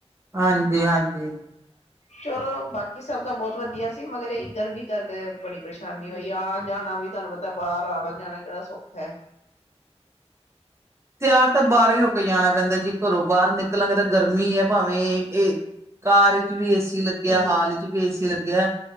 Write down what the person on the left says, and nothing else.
ਚਲੋ ਬਾਕੀ ਸਭ ਤਾਂ ਬਹੁਤ ਵਧੀਆ ਸੀ ਮਗਰ ਇਹ ਗਰਮੀ ਕਰਕੇ ਬੜੀ ਪਰੇਸ਼ਾਨੀ ਹੋਈ ਆਣਾ ਜਾਣਾ ਵੀ ਤੁਹਾਨੂੰ ਪਤਾ ਬਾਹਰ ਆਉਣਾ ਜਾਣਾ ਕਿਹੜਾ ਸੌਖਾ ਹੈ
ਹਮ